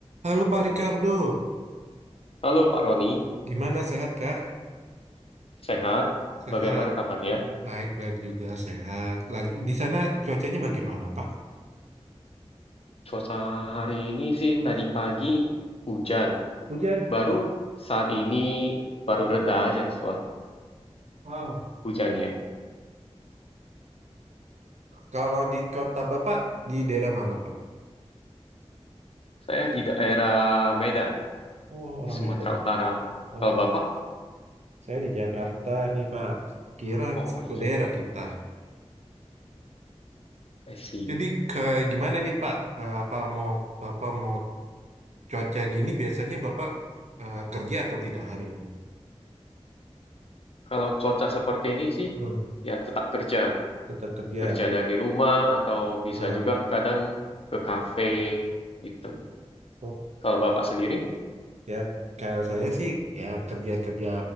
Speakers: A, on the right; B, on the left.
A: Halo Pak Ricardo,
B: Halo Pak Roni,
A: gimana sehat kah?
B: sehat?
A: Sehat.
B: Bagaimana kabarnya?
A: Hmm, Baik-baik juga sehat. Lagi di sana cuacanya bagaimana, Pak?
B: Cuaca hari ini sih
A: Hmm,
B: tadi pagi hujan.
A: Hujan?
B: Baru saat ini baru reda aja suat
A: Wow.
B: hujannya.
A: Kalau di kota Bapak, di daerah mana, Pak?
B: Saya di daerah Medan,
A: Oh, orang
B: di Sumatera
A: Medan.
B: Utara.
A: Oh,
B: Kalau Bapak?
A: saya di Jakarta nih, Pak. Kira
B: Oh,
A: satu
B: di Jakarta.
A: daerah kita.
B: I see.
A: Jadi ke gimana nih, Pak? Eh, Apa mau Bapak mau cuaca gini biasanya Bapak eh, kerja atau tidak hari ini?
B: Kalau cuaca seperti ini sih
A: Hmm,
B: ya tetap kerja.
A: tetap kerja.
B: Kerja dari rumah atau bisa
A: Hmm.
B: juga kadang ke kafe gitu.
A: Oh,
B: Kalau Bapak sendiri?
A: Ya, kayak saya sih ya kerja-kerja